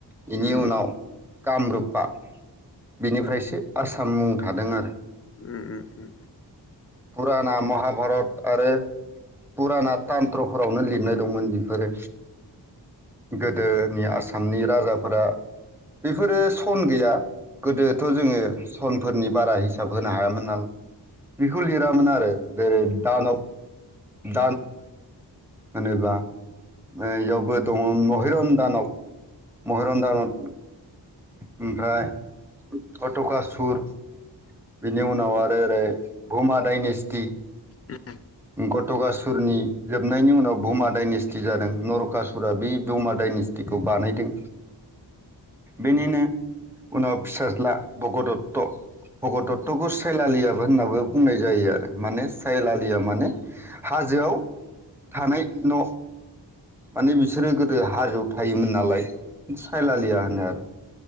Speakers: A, in the centre; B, on the left.
A: बेनि
B: उम
A: उनाव। कामरुपा बेनिफ्रायसो आसाम। सान मुं थादों आरो।
B: ओम ओम ओम।
A: पुराना महाभारत आरो। पुराना तानत्र फोरावनो लिरनाय। दंमोन बिफोरो गो दोनि आसामनि राजाफोरा बेफोरो फन गैया गोदोथ' जोङो सनफोरनि बारा हिसाब होनो हायामोन। नालाय बिखौ लिरामोन आरो। <inaudible> <unintelligible> होनोब्ला ओ यावबो दङ' महिरन दानब महिरन दानत। ओमफ्राय अट'खा सुर बिनि उनाव आरो ओरै भुमा दायनिस <inaudible>
B: ओम
A: गट'गासुरनि जोबनायनि उनाव बुमा डाइनेस्टि जादों नरकासुरा बे बुमा डायनेस्टिखौ बानायदों बेनिनो उनाव फिसाज्ला भगदत। त भगदत तखौ साइलालियाबो होननाबो बुंनाय जायो आरो माने साइलालिया। माने हाजोआव थानाय न' माने बिसोरो गोदो हाजोआव थायोमोन नालाय सायलालिया होनो आरो।